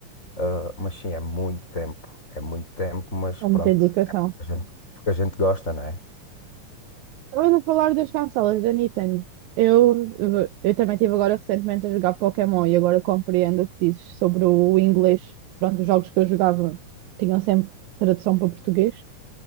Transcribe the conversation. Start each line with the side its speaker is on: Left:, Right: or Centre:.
Left: Ah, mas sim, é muito tempo. É muito tempo, mas
Right: É
Left: pronto.
Right: muita dedicação.
Left: É porque a gente, porque a gente gosta, né?
Right: Estava a falar das consolas da Nintendo. Eu, eu também estive agora recentemente a jogar Pokémon e agora compreendo o que dizes sobre o inglês. Pronto, os jogos que eu jogava tinham sempre tradução para português,